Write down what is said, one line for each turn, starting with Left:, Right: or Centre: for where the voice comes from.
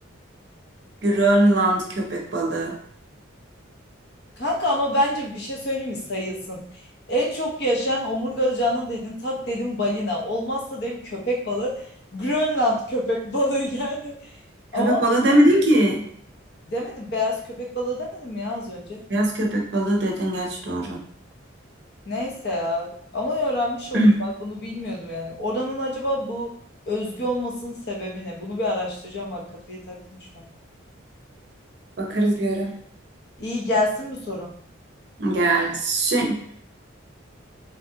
Right: Grönland köpek balığı.
Left: Kanka ama bence bir şey söyleyeyim mi sayılsın. En çok yaşayan omurgalı canlı dedin. Tak dedim balina. Olmazsa dedim köpek balığı. Grönland köpek balığı <laughs> yani. Ama
Right: Köpek balığı demedin ki.
Left: demedim beyaz köpek balığı demedim mi ya az önce?
Right: Beyaz köpek balığı dedin gerçi doğru.
Left: Neyse ya. Ama öğrenmiş
Right: <clears throat>
Left: olduk. Bak bunu bilmiyordum yani. Oranın acaba bu özgü olmasının sebebi ne? Bunu bir araştıracağım. Bak kafayı taktım şu an.
Right: Bakarız bir ara.
Left: İyi gelsin mi sorun?
Right: Gelsin.